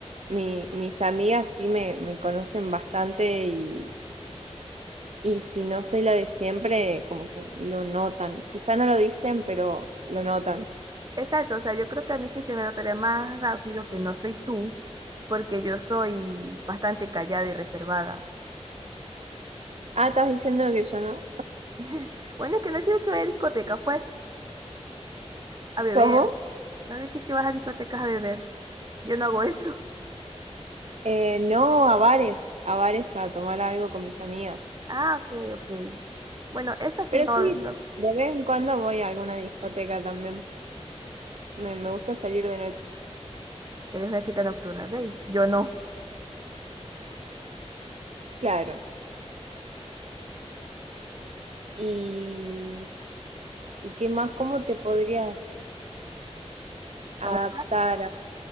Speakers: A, on the right; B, on the right.
A: mi- mis amigas sí me, me conocen bastante y, y si no soy la de siempre, como que lo notan. Quizá no lo dicen, pero lo notan.
B: exacto, o sea, yo creo que a mí sí se me notaría más rápido que no soy tú, porque yo soy bastante callada y reservada.
A: Ah, ¿estás diciendo que yo no?
B: <laughs> Bueno, que no digo que vaya a discotecas, pues, a beber.
A: ¿Cómo?
B: No decís que vas a discotecas a beber. Yo no hago eso. <laughs>
A: Eh, no, a bares, a bares a tomar algo con mis amigas.
B: Ah, ok, ok. Bueno, eso aquí
A: Pero
B: no,
A: sí,
B: no.
A: de vez en cuando voy a alguna discoteca también. Me, me gusta salir de noche.
B: Eres una chica nocturna, ¿veis? Yo no.
A: Claro. ¿Y, y qué más? ¿Cómo te podrías
B: Estamos...
A: adaptar